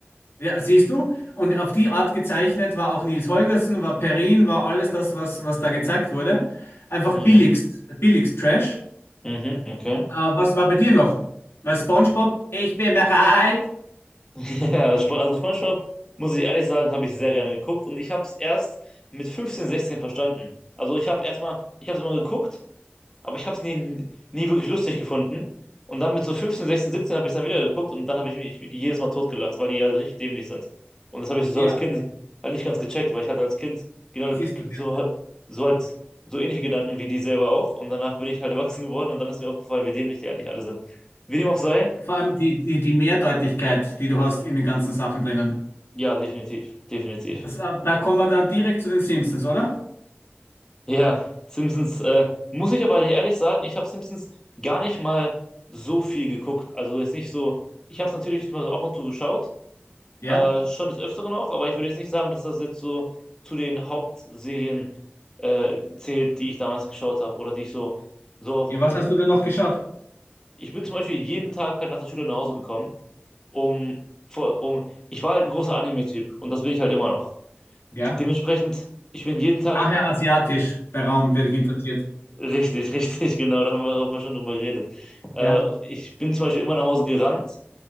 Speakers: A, on the left (about 75°); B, on the left (about 15°).
A: Ja, siehst du? Und auf die Art gezeichnet war auch Nils Holgersen, war Perrin, war alles das, was, was da gezeigt wurde. Einfach
B: Mhm.
A: billigst, billigst Trash.
B: Mhm. Okay.
A: Äh, was war bei dir noch? Weil SpongeBob, ich bin bereit.
B: <laughs> Ja, Sp- also SpongeBob, muss ich ehrlich sagen, habe ich sehr gerne geguckt und ich habe es erst mit 15, 16 verstanden. Also ich habe erstmal, ich habe es immer geguckt, aber ich habe es nie, nie wirklich lustig gefunden. Und dann mit so 15, 16, 17 habe ich es dann wieder geguckt und dann habe ich mich jedes Mal totgelacht, weil die ja richtig dämlich sind. Und das habe ich so
A: Ja,
B: als Kind <laughs> halt nicht ganz gecheckt, weil ich hatte als Kind genau
A: siehst
B: g- g-
A: du. Ja.
B: so, so als so ähnliche Gedanken wie die selber auch. Und danach bin ich halt <laughs> erwachsen geworden und dann ist mir aufgefallen, wie dämlich die eigentlich alle sind. Wie dem auch sei,
A: Vor allem die, die, die Mehrdeutigkeit, die du hast in den ganzen Sachen drinnen.
B: ja, definitiv, definitiv.
A: Das, äh, da kommen wir dann direkt zu den Simpsons, oder?
B: Ja, Simpsons, äh, muss ich aber ehrlich sagen, ich habe Simpsons gar nicht mal so viel geguckt. Also jetzt nicht so, ich habe es natürlich mal so ab und zu geschaut,
A: Ja?
B: äh, schon des Öfteren auch, aber ich würde jetzt nicht sagen, dass das jetzt so zu den Hauptserien äh, zählt, die ich damals geschaut habe oder die ich so, so,
A: Ja, was hast du denn noch geschaut?
B: ich bin zum Beispiel jeden Tag halt nach der Schule nach Hause gekommen, um, vor, um, ich war halt ein großer Anime-Typ und das bin ich halt immer noch. De
A: Ja.
B: dementsprechend, ich bin jeden Tag
A: Nachher asiatisch, der Raum, der dich interessiert.
B: Richtig, <laughs> richtig, genau, da haben wir haben wir schon drüber geredet. Äh,
A: Ja,
B: ich bin zum Beispiel immer nach Hause gerannt,